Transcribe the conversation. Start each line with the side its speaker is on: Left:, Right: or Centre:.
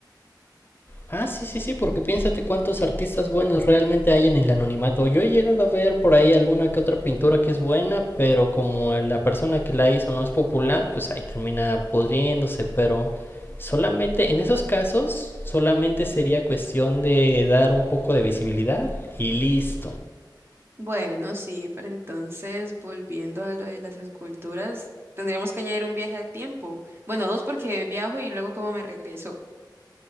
Left: Ah, sí, sí, sí, porque piénsate cuántos artistas buenos realmente hay en el anonimato. Yo he llegado a ver por ahí alguna que otra pintura que es buena, pero como la persona que la hizo no es popular, pues ahí termina pudriéndose, pero solamente en esos casos solamente sería cuestión de dar un poco de visibilidad y listo.
Right: Bueno, sí, pero entonces volviendo a lo de las esculturas, tendríamos que añadir un viaje al tiempo. Bueno, dos porque viajo y luego cómo me regreso.